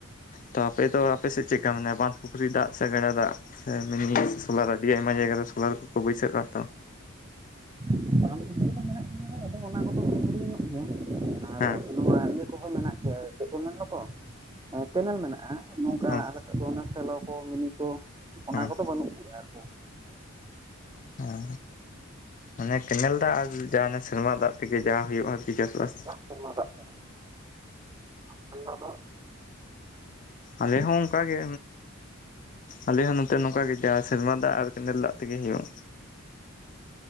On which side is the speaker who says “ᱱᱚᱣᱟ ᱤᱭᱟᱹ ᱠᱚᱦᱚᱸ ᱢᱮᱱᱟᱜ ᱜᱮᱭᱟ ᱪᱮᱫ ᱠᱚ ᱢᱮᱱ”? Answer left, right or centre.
Right